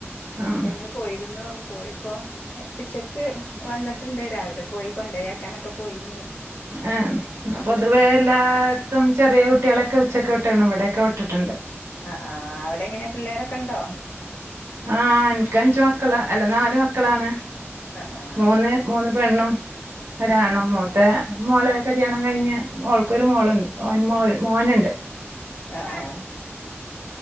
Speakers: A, on the right; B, on the left.
A: ഉം
B: പ്പന്ന് പോയിരുന്നു പോയിപ്പോ ഉച്ചക്ക് വന്നിട്ടുണ്ട് രാവിലെ പോയി കൊണ്ടയാക്കാനൊക്കെ പോയിനി
A: ആ പൊതുവേ
B: അപ്പൊ
A: എല്ലായിടത്തും ചെറിയ കുട്ടികള ഒക്കെ ഉച്ചക്കെട്ടേണം ഇവിടെയക്കെട്ടിട്ടുണ്ട്
B: ആ് അവി എടെ എങ്ങനെ പിള്ളേരൊക്കെ ഉണ്ടോ
A: ആഹ എനിക്ക് അഞ്ച്ു മക്കൾ അല്ല നാല് മക്കളാണ്
B: ആഹ് ആഹ്
A: മൂന്ന് മൂന്ന് വെണ്ണണം ഒരാാണ്
B: ഉം ഉം
A: മൂത്ത മോള കല്യാണം കഴിഞ്ഞഞ് മോൾക്കൊരു മോളുണ്ട്ോ മോനുണ്ട്
B: ആഏ ആ